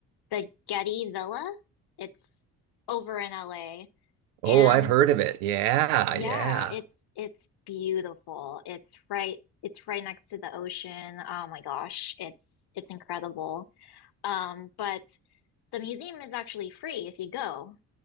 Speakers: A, on the left; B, on the right.
A: the Getty Villa. It's over in LA.
B: Oh,
A: And
B: I've heard of it. Yeah,
A: Yeah,
B: yeah.
A: it's it's beautiful. It's right it's right next to the ocean. Oh my gosh, it's it's incredible. Um, but the museum is actually free if you go.